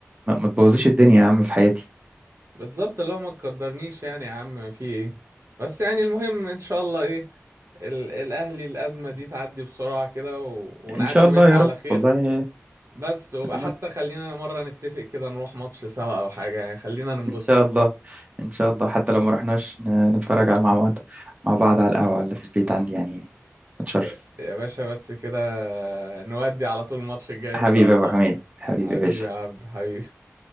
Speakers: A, on the right; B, on the right.
A: ما, ما تبوظيش الدنيا يا عم في حياتي
B: بالظبط اللي هو ما تقدرنيش يعني يا عم في ايه بس يعني المهم ان شاء الله ايه ال الاهلي الازمة دي تعدي بسرعة كده و... ونعدي
A: ان شاء الله
B: منها
A: يا
B: على
A: رب
B: خير
A: والله
B: بس وبقى
A: اتمنى
B: حتى خلينا مرة نتفق كده نروح ماتش سوا او حاجة يعني خلينا ننبسط
A: ان شاء الله ان شاء الله حتى لو ما رحناش ن- نتفرج على مع بعض مع بعض على القهوة ولا في البيت عندي يعني اتشرف
B: يا يا باشا بس كده نودي على طول الماتش الجاي
A: حبيبي
B: ان شاء الله
A: يا ابو حميد حبيبي
B: حبيبي
A: يا باشا
B: يا عبد حبيبي